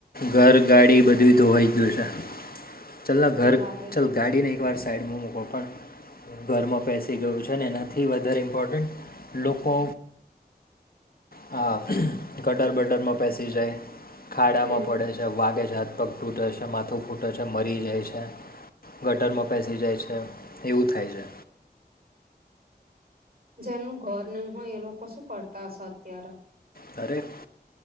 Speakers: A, on the left; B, on the right.
A: ઘર ગાડી બધુંયે ધોવાઈ ગયું છે ચલન ઘર
B: એ વાત છે
A: ચાલ ગાડી નઈ વાર સાઈડમાં મૂકો પણ ઘરમાં બેસી ગયું છે ને એનાથી વધારે ઇમ્પોર્ટન્ટ લોકો આ ગટર બટરમાં બેસી જાય ખાડામાં
B: હમ
A: પડે છે વાગે છે હા પગ તૂટે છે માથું ફૂટે છે મરી જાય છે. ગટરમાં બેસી જાય છે એવું થાય છે.
B: જેનું ઘર નહી હોય એ લોકો શું કરતા હશે અત્યારે
A: દરેક